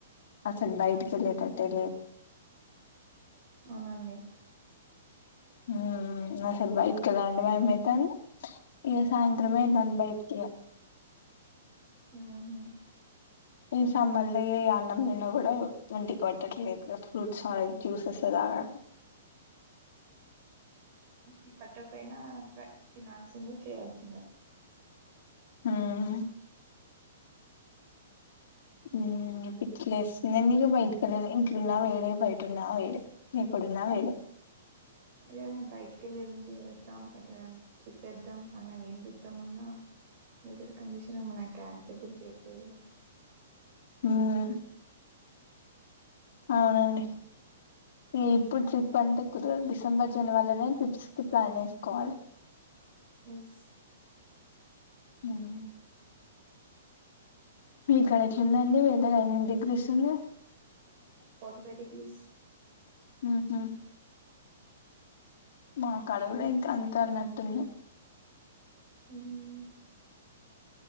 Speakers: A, on the left; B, on the right.
A: అసలు బైట్కి ఏలే
B: హుహు.
A: టట్టే లేదు
B: అవునండి
A: మ్.. అసలు బయటికి వెళ్ళలాంటే భయం అయ్తంది ఇ సాయంత్రం అయితాంది బయటికి ఇగ
B: ఊ.. మ్
A: ఈ సమ్మర్ లో ఏ అన్నం తినకూడదు ఒంటికి పట్టట్లేదు కదా ఫ్రూట్స్ అ జ్యూసెసే తాగాలి <inaudible>
B: ఈ పట్టపైనా ట్రై తినాల్సిందే చేయాల్సిందే
A: అమ్మ్.... మ్.. పిచ్చి లేస్తుంది అండి ఇంట్లో ఉన్న వేడే బయట ఉన్న వేడే వెళ్ళిన వేడే
B: ఇ బయటికి వెళ్ళి ఏమైనా చేద్దాం ఎట్లాయినా ట్రిప్ ఏద్దాం అన్న ఏం చేద్దాం అన్నా వెదర్ కండిషన్ ఏమన యాక్సెబుల్ చెప్పేది
A: మ్మ్.. అవునండి ఏ ఇప్పుడు ట్రిప్ అంటే కుదరదు డిసెంబర్ జనవరిలోనే ట్రిప్స్ కి ప్లాన్ వేసుకోవాలి <inaudible>
B: ఎస్
A: మ్మ్.. మీక్కడ ఎట్లుందండి వేఅతేర్ ఎన్ని డిగ్రీస్ ఉంది
B: ఫోర్టిఫైవ్ డిగ్రీస్
A: ఊ హమ్ మా కాడా కూడా ఇంకా అంతే అన్నట్టుంది
B: మ్........